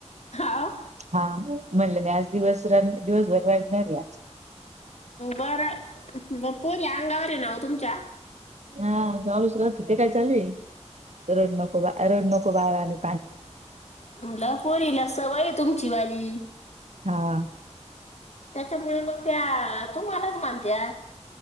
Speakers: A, on the left; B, on the right.
A: हाव
B: हा. म्हणलं नाही आज दिवस दिवसभर वाढणार आहे आज.
A: बर बपोरी अंगावर ये नाव तुमच्या.
B: हा लूच तिथे काय चालवी रोज नको बा रोज नको बाहेा आणि.
A: म्हला पोरीला सवय तुमची वाली.
B: हा.
A: त्याच्यामुळे मग त्या तू मलाच मानत्या.